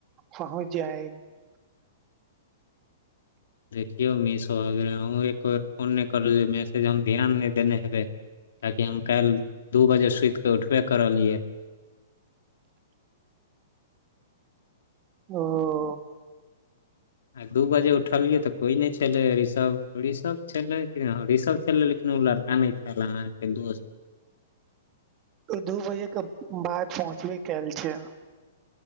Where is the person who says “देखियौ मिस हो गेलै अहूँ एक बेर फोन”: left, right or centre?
Left